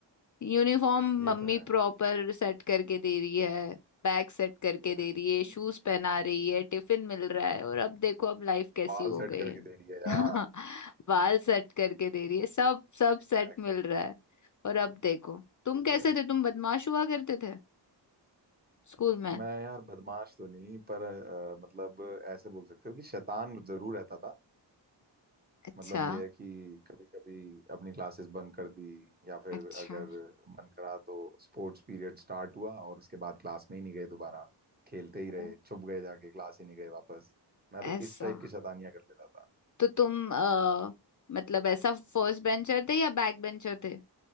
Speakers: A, on the left; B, on the right.
A: यूनिफॉर्म
B: ये
A: मम्मी
B: तो है
A: प्रॉपर सेट करके दे रही है बैग सेट करके दे
B: हम्म।
A: रही है शूज पहना रही है टिफिन मिल रहा है और अब देखो अब लाइफ कैसी
B: बाल
A: हो
B: सेट
A: गई
B: करके
A: है
B: दे रही है यार
A: <laughs> बाल सेट करके दे रही है सब सब
B: एग्जैक्टली
A: सेट मिल रहा है और अब देखो तुम
B: ये
A: कैसे
B: तो है
A: थे तुम बदमाश हुआ करते थे स्कूल में
B: मैं यार बदमाश तो नहीं पर अ, मतलब ऐसे बोल सकते हो कि शैतान जरूर रहता था
A: अच्छा
B: मतलब ये है कि कभी कभी अपनी क्लासेस बंक कर दी या फिर
A: अच्छा
B: अगर मन करा तो स्पोर्ट्स पीरियड स्टार्ट हुआ और उसके बाद क्लास में ही नहीं गए दोबारा खेलते
A: ओ
B: ही रहे छुप गए जाके क्लास ही नहीं गए वापस मैं
A: ऐसा
B: तो इस टाइप की शैतानियां कर लेता था
A: तो तुम अ, मतलब ऐसा फर्स्ट बेंचर थे या बैक बेंचर थे